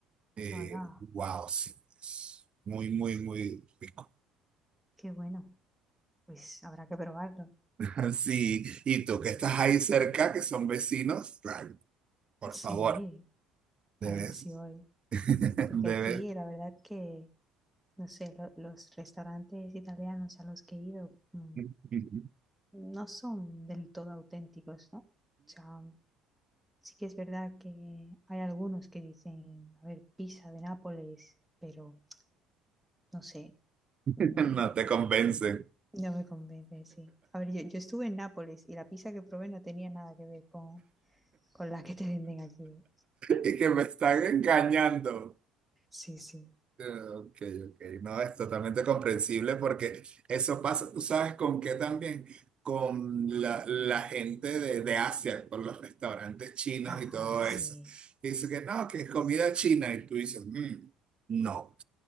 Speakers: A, on the right; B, in the centre.
A: Eh,
B: Hola,
A: wow, sí. es Muy, muy, muy rico.
B: qué bueno. Pues habrá que probarlo.
A: <laughs> Sí, y tú que estás ahí cerca, que son vecinos, ay, por
B: Sí,
A: favor, debes,
B: a ver si voy.
A: <laughs>
B: Porque
A: debes.
B: aquí la verdad que, no sé, lo- los restaurantes italianos a los que he ido mm,
A: <laughs>
B: no son del todo auténticos, ¿no? O sea, sí que es verdad que hay algunos que dicen, a ver, pizza de Nápoles, pero no sé. mm,
A: No te convencen
B: No me convence, sí. A ver, yo, yo estuve en Nápoles y la pizza que probé no tenía nada que ver con, con la que te venden aquí.
A: y que me están engañando.
B: Sí, sí.
A: Ok, ok. No, es totalmente comprensible porque eso pasa, tú sabes con qué también, con la, la gente de, de Asia, por los restaurantes chinos
B: Ah,
A: y todo
B: sí.
A: eso. Dice que no, que es comida china y tú dices, "Mm, no,